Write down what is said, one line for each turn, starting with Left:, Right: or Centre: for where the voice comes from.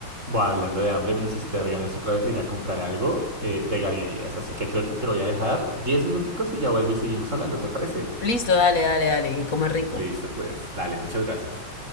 Right: Buah, hablando de hambre, me hiciste dar ganas otra vez de ir a comprar algo eh, de galerías, así que creo que te voy a dejar 10 minuticos y ya vuelvo y seguimos hablando, ¿te parece?
Left: Listo, dale, dale, dale, que coma rico.
Right: Listo, pues, dale, muchas gracias.